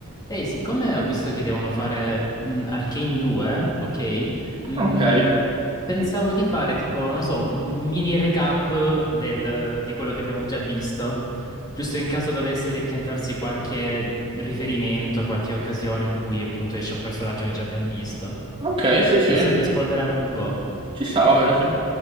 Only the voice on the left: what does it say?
Ehi, siccome ho visto che devono fare mm, Arcane 2, ok? Mm,
pensavo di fare tipo, non lo so, un mini recap del- di quello che abbiamo già visto, giusto in caso dovesse ripresentarsi qualche riferimento, qualche occasione in cui appunto esce un personaggio che già abbiamo visto,
giusto per rispolverare un po'.